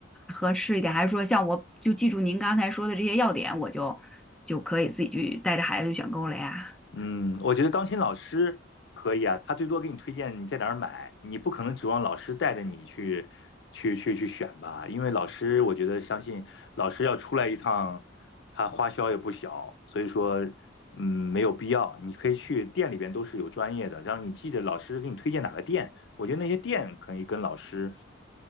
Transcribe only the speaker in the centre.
合适一点，还是说像我就记住您刚才说的这些要点，我就就可以自己去带着孩子去选购了呀？